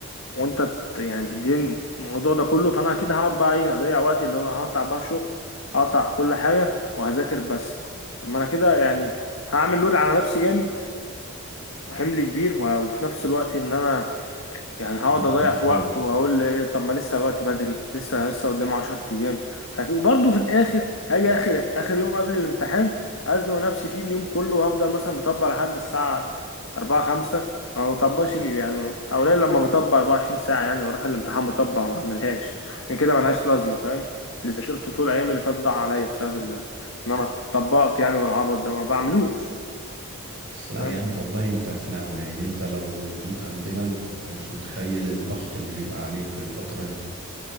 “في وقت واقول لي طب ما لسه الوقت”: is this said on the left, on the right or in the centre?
Left